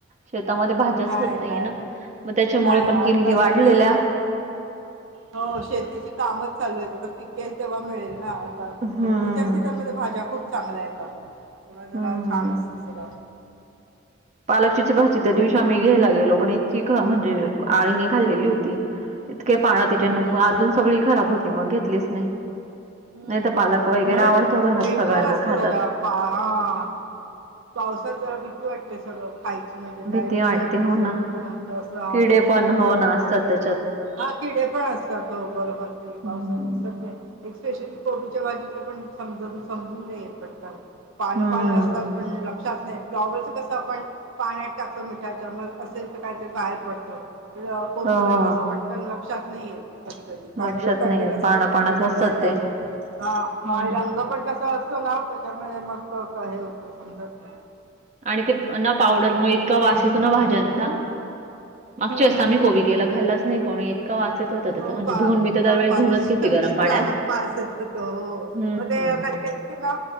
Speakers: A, on the right; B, on the right.
A: शेतामध्ये भाज्याच
B: नाही
A: होत नाहीये
B: नाही
A: ना मग त्याच्यामुळे
B: नाही
A: पण
B: आता
A: किमती वाढलेल्या
B: सगळी हो शेतीची कामच चालू आहेत आता पिकेल तेव्हा मिळेल हा तर
A: हम्म
B: थंडीच्या सीझनमध्ये भाज्या खूप चांगल्या येतात तेव्हा जरा
A: हम्म
B: छान असतं सगळं
A: पालकची भाजी त्या दिवशी आम्ही घ्यायला आलेलो पण इतकी म्हणजे आळीणी खाल्लेली होती इतके पानं तिच्या
B: हम्म, हम्म.
A: अजून सगळी खराब होती मग घेतलीच नाही
B: हम्म
A: नाही तर पालक वगैरे
B: म्हण
A: आवडतो घरात
B: डेंजर
A: सगळ्यांना
B: अस
A: खातात
B: जरा पान पावसात जरा भीती वाटते सगळं खायच म्हणजे काय
A: भीती
B: डिसेंटी
A: वाटते
B: बिसेंटी
A: हो ना
B: पण होतं असं ह
A: किडे
B: त्याची
A: पण
B: भीती
A: हो
B: वाटते
A: ना असतात
B: असं
A: त्याच्यात
B: हा किडे पण असतात बरोबर ते पावसाात
A: हम्म
B: दिसत नाही एक स्पेशली कोबिच्या भाजिच पण समजून समजून नाहीेत पटकन पानं
A: हम्म
B: पानं असतात पण लक्षात नाही येत फ्लॉवरच कसं आपण पाण्यात टाकत मिठाच्या मग असेल तर काहीतरी बाहेर पडतं कोबी
A: ह
B: मध्ये तसं पटकन लक्षात नाही येत कधी कधी पांढर
A: लक्षात
B: पांढर
A: नाही येत
B: असतात
A: पानं
B: किती
A: पानच असतात
B: पांढरंग
A: ते
B: हा
A: हो
B: आणि
A: ना
B: रंग पण तसा असतो ना त्याच्यामुळे मग हे होत समजत नाही
A: आणि ते ना पावडरमुळे इतका वास येतो ना भाज्यांचा
B: हम्म
A: मागच्या
B: हम्म
A: वेळेस
B: हम्म
A: आम्ही कोबी केला
B: हम्म
A: खाल्लाचं नाही कोणी इतका वास येत होता त्याचा
B: हो
A: म्हणजे
B: पा
A: धुवून मी तर दरवेळेस
B: पासरं
A: धुवूनच घेते गरम
B: विचित्र
A: पाण्यात.
B: आवाज येतो तो
A: हम्म.
B: मग ते
A: हम्म.
B: कधी कधी किंवा